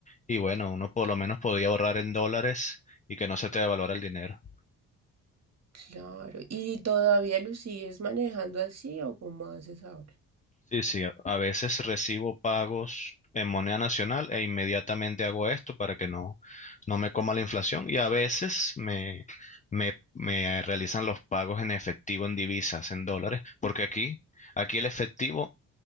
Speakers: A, on the left (about 20°); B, on the right (about 40°).
A: y bueno, uno por lo menos podía ahorrar en dólares y que no se te devaluara el dinero.
B: claro. ¿Y todavía lo sigues manejando así o cómo haces ahora?
A: Sí, sí, a a veces recibo pagos en moneda nacional e inmediatamente hago esto para que no, no me coma la inflación y a veces me, me, me realizan los pagos en efectivo, en divisas, en dólares, porque aquí, aquí el efectivo